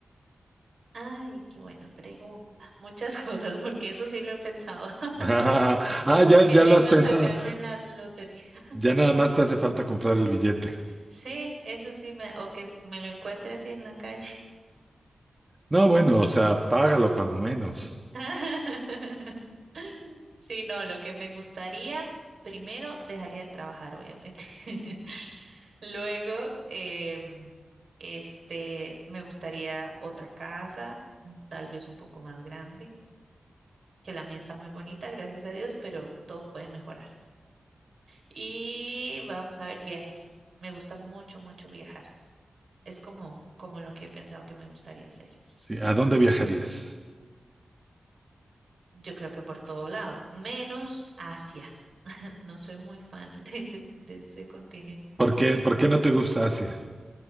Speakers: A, on the right (about 70°); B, on the right (about 20°).
A: Ay, qué buena pregunta. Muchas <laughs> cosas, porque eso sí lo he pensado. <laughs>
B: Ah, ya,
A: Qué
B: ya
A: lindo
B: lo has pensado.
A: sacarme en la lotería. <laughs>
B: Ya nada más te hace falta comprar el billete.
A: Sí, eso sí, me, o que me lo encuentre así en la calle.
B: No, bueno, o sea, págalo cuando menos.
A: <laughs> Sí, no, lo que me gustaría, primero dejaría de trabajar, obviamente. <laughs> Luego, em, este, me gustaría otra casa, mm, tal vez un poco más grande, que la mía está muy bonita, gracias a Dios, pero todo puede mejorar. Y vamos a ver, viajes. Me gusta mucho, mucho viajar. Es como, como lo que he pensado que me gustaría hacer.
B: Sí, ¿a dónde viajarías?
A: Yo creo que por todo lado, menos Asia. <laughs> No soy muy fan de ese, de ese continente.
B: ¿Por qué, por qué no te gusta Asia?